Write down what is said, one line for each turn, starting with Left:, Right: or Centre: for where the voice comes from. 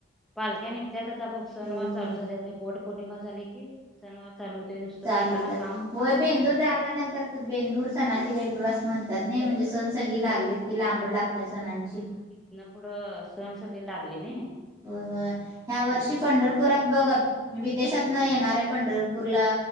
Centre: पालक्या निघत्यात आता बघ
Right: होय
Centre: सनवार
Right: होय
Centre: चालू झाले बोट. पौर्णिमा झाली कि सनवार चालू होते नुसतं
Right: चालू
Centre: बायकांना
Right: होत्यात
Centre: कामच
Right: होय
Centre: काम
Right: बेंदूर
Centre: असते नुसतं
Right: झाल्यानंतर
Centre: घरात.
Right: बेंदूर सणाचे लेंडूर अस म्हणतात नाही म्हणजे स सग
Centre: होय
Right: लागलीत
Centre: होय
Right: की लांबड लागत्या सणांची
Centre: तिथनं पुढं सगळे लागले नाही.
Right: हो हो ह्या वर्षी
Centre: हम्म
Right: पंढरपुरात बघ विदेशात
Centre: हम्म
Right: न येणारे पंढरप उर्ला